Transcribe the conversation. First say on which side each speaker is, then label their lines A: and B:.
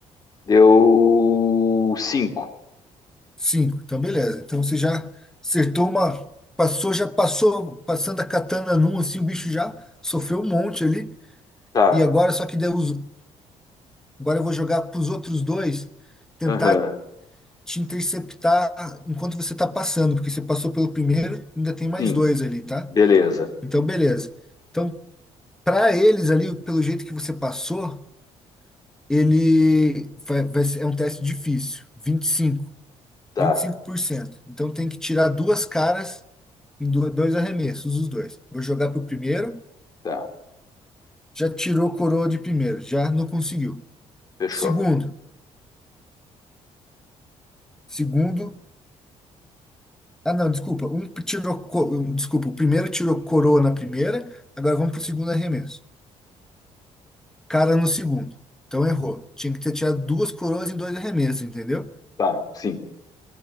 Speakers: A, on the left; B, in the centre.
A: deu cinco,
B: 5. Então beleza. Então você já acertou uma. Passou, já passou, passando a katana num, assim, o bicho já sofreu um monte ali.
A: tá,
B: E agora, só que deu os, agora eu vou jogar pros outros dois, tentar
A: aham,
B: te interceptar enquanto você está passando, porque você passou pelo primeiro, ainda tem mais
A: sim,
B: dois ali, tá?
A: beleza,
B: Então, beleza. Então, para eles ali, pelo jeito que você passou, ele vai, vai ser, é um teste difícil, vinte vinte e e cinco
A: tá,
B: vinte e cinco por cento Então, tem que tirar duas caras em do- dois arremessos, os dois. Vou jogar pro primeiro,
A: tá,
B: já tirou coroa de primeiro, já não conseguiu.
A: fechou,
B: Segundo, segundo Ah, não, desculpa. Um tirou, co- um, desculpa, o primeiro tirou coroa na primeira, agora vamos pro segundo arremesso. Cara no segundo. Então errou. Tinha que ter tirado duas coroas em dois arremessos, entendeu?
A: tá, sim,